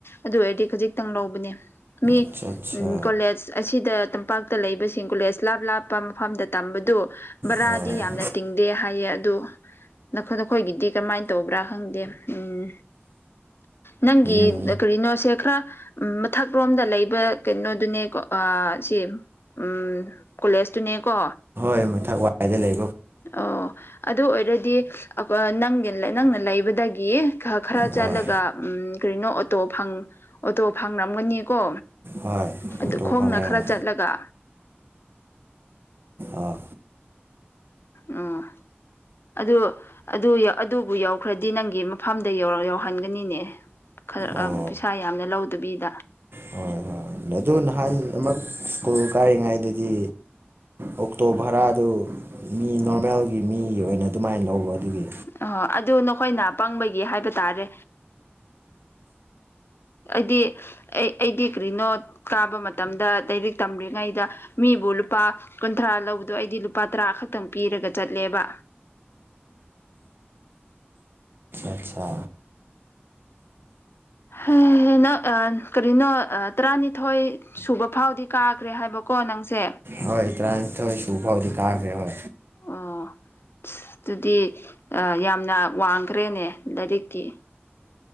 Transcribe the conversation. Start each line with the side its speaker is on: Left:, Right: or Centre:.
Left: ꯑꯗꯨ ꯑꯣꯏꯔꯗꯤ ꯈꯖꯤꯛꯇꯪ ꯂꯧꯕ ꯕꯅꯦ ꯃꯤ
Right: ꯑꯠꯆꯥ ꯑꯠꯆꯥ
Left: ꯎꯟ ꯀꯣꯂꯦꯖ ꯑꯁꯤꯗ ꯇꯝꯄꯥꯛꯇ ꯂꯩꯕꯁꯤꯡ ꯀꯣꯂꯦꯖ ꯂꯥꯞ ꯂꯥꯞꯄ ꯃꯐꯝꯗ ꯇꯝꯕꯗꯨ ꯕꯔꯥꯗꯤ
Right: ꯍꯣꯏ
Left: ꯌꯥꯝꯅ ꯇꯤꯡꯗꯦ ꯍꯥꯏꯌꯦ ꯑꯗꯨ ꯅꯈꯣꯏ ꯅꯈꯣꯏꯒꯤꯗꯤ ꯀꯔꯝꯃꯥꯏꯅ ꯇꯧꯕ꯭ꯔꯥ ꯈꯪꯗꯦ ꯎꯝ ꯅꯪꯒꯤ
Right: ꯎꯝ
Left: ꯀꯔꯤꯅꯣꯁꯦ ꯈ꯭ꯔ ꯎꯝ ꯃꯊꯛꯔꯣꯝꯗ ꯂꯩꯕ ꯀꯩꯅꯣꯗꯨꯅꯦꯀꯣ ꯑ ꯁꯤ ꯎꯝ ꯀꯣꯂꯦꯖꯇꯨꯅꯦꯀꯣ
Right: ꯑꯩ ꯃꯊꯛ ꯋꯥꯏꯗ ꯂꯩ
Left: ꯑꯣ ꯑꯗꯨ ꯑꯣꯏꯔꯗꯤ ꯑ ꯑ ꯅꯪꯒꯤ ꯅ ꯅꯪꯅ ꯂꯩꯕꯗꯒꯤ ꯈꯔ ꯈꯔ ꯆꯠꯂꯒ
Right: ꯍꯣꯏ
Left: ꯎꯝ ꯀꯔꯤꯅꯣ ꯑꯣꯇꯣ ꯐꯪ ꯑꯣꯇꯣ ꯐꯪꯔꯝꯒꯅꯤꯀꯣ
Right: ꯍꯣꯏ ꯄꯣꯛꯊꯣꯛ
Left: ꯑꯗꯨ ꯈꯣꯡꯅ
Right: ꯐꯪꯉꯦ
Left: ꯈꯔ
Right: ꯍꯣꯏ
Left: ꯆꯠꯂꯒ
Right: ꯑꯥ
Left: ꯎꯝ ꯑꯗꯨ ꯑꯗꯨ ꯌ ꯑꯗꯨꯕꯨ ꯌꯎꯈ꯭ꯔꯗꯤ ꯅꯪꯒꯤ ꯃꯐꯝꯗ ꯌꯧ-ꯌꯧꯍꯟꯒꯅꯤꯅꯦ ꯈꯔ
Right: ꯑꯣ
Left: ꯑ ꯄꯩꯁꯥ ꯌꯥꯝꯅ ꯂꯧꯗꯕꯤꯗ
Right: ꯍꯣꯏ ꯍꯣꯏ ꯑꯗꯨ ꯅꯍꯥꯟ ꯑꯃꯨꯛ ꯁ꯭ꯀꯨꯜ ꯀꯥꯔꯤꯉꯩꯗꯗꯤ ꯑꯣꯛꯇꯣ ꯚꯔꯥꯗꯨ ꯃꯤ ꯅꯣꯔꯃꯦꯜꯒꯤ ꯃꯤꯒꯤ ꯑꯣꯏꯅ ꯑꯗꯨꯃꯥꯏꯅ ꯂꯧꯕ ꯑꯗꯨꯒꯤ
Left: ꯑꯣ ꯑꯗꯨ ꯅꯈꯣꯏꯅ ꯄꯪꯕꯒꯤ ꯍꯥꯏꯕ ꯇꯥꯔꯦ ꯑꯩꯗꯤ ꯑꯩ ꯑꯩꯗꯤ ꯀꯔꯤꯅꯣ ꯀꯥꯕ ꯃꯇꯝꯗ ꯂꯥꯏꯔꯤꯛ ꯇꯝꯔꯤꯉꯩꯗ ꯃꯤꯕꯨ ꯂꯨꯄꯥ ꯀꯨꯟꯊ꯭ꯔꯥ ꯂꯧꯕꯗꯣ ꯑꯩꯗꯤ ꯂꯨꯄꯥ ꯇꯔꯥ ꯈꯛꯇꯪ ꯄꯤꯔꯒ ꯆꯠꯂꯦꯕ
Right: ꯑꯆꯥ
Left: ꯍ ꯅꯪ ꯑ ꯀꯔꯤꯅꯣ ꯑ ꯇꯔꯥꯅꯤꯊꯣꯏ ꯁꯨꯕ ꯐꯥꯎꯗꯤ ꯀꯥꯈ꯭ꯔꯦ ꯍꯥꯏꯕꯀꯣ ꯅꯪꯁꯦ
Right: ꯍꯣꯏ ꯇ꯭ꯔꯥꯅꯤꯊꯣꯏ ꯁꯨ ꯐꯥꯎꯗꯤ ꯀꯥꯈꯔ꯭ꯦꯕ
Left: ꯑꯣ ꯑꯁ ꯑꯗꯨꯗꯤ ꯌꯥꯝꯅ ꯋꯥꯡꯈ꯭ꯔꯦꯅꯦ ꯂꯥꯏꯔꯤꯛꯀꯤ